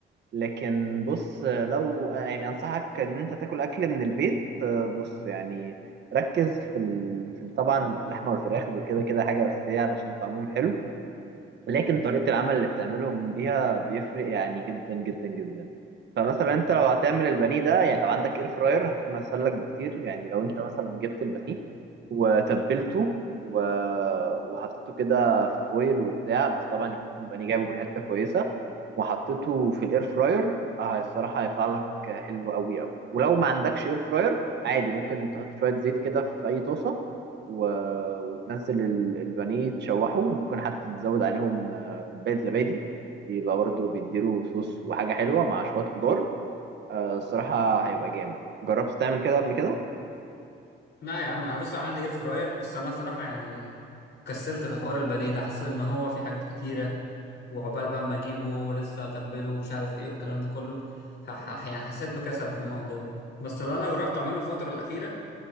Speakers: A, on the right (about 60°); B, on the left (about 60°).
A: لكن بص لو يعني انصحك ان انت تاكل اكل من البيت بص يعني ركز في ال... في ال- طبعا اللحمة والفراخ دول كده كده حاجة اساسية علشان طعمهم حلو لكن طريقة العمل اللي بتعملهم بيها بيفرق يعني جدا جدا جدا فمثلا انت لو هتعمل البانيه ده يعني لو عندك اير فراير هتكون اسهل لك بكتير يعني لو انت مثلا جبت البانيه وتبلته و... وحطيته كده في فويل وبتاع بس طبعا يكون البانيه جايبه من حتة كويسة وحطيته في الاير فراير اه الصراحة هيطلع لك حلو قوي قوي ولو ما عندكش اير فراير عادي ممكن تحط شوية زيت كده في اي طاسة و... وتنزل ال- البانيه تشوحه وممكن حتى تزود عليهم آه، كوباية زبادي بيبقى برضه بيديله صوص وحاجة حلوة مع شوية خضار آه، الصراحة هيبقى جامد جربت تعمل كده قبل كده؟
B: لا يا عم انا بص أنا عندي اير فراير بس انا صراحه يعني كسلت في حوار البانيه ده حاسس ان هو في حاجات كتيره وعقبال بقى اما اجيبه ولسه اتبله ومش عارف ايه والكلام ده كله فح يعني حسيت بكسل في الموضوع بس اللي انا جربت اعمله الفتره الاخيره